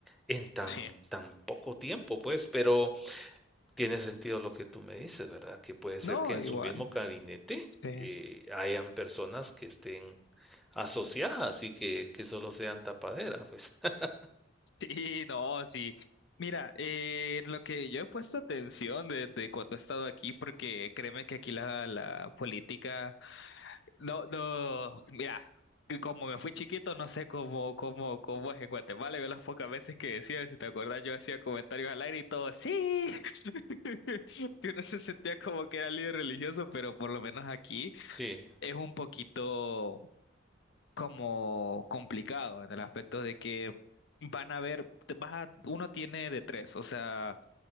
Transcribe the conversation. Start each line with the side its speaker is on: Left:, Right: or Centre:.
Centre: en tan,
Left: sí,
Centre: tan poco tiempo, pues. Pero tiene sentido lo que tú me dices, ¿verdad? Que puede ser
Left: no,
Centre: que en
Left: igual,
Centre: su mismo gabinete
Left: sí.
Centre: eh, hayan personas que estén asociadas y que, que solo sean tapadera, pues. <laughs>
Left: Sí, no, sí. Mira, eh, lo que yo he puesto atención desde cuando he estado aquí, porque créeme que aquí la, la política, no, no, mira, que como me fui chiquito, no sé cómo, cómo, cómo es en Guatemala. Yo las pocas veces que decía, si te acuerdas, yo hacía comentarios al aire y todo, sí, <laughs> que uno se sentía como que era líder religioso, pero por lo menos aquí
Centre: Sí,
Left: es un poquito como complicado en el aspecto de que van a ver, te vas a- uno tiene de tres, o sea,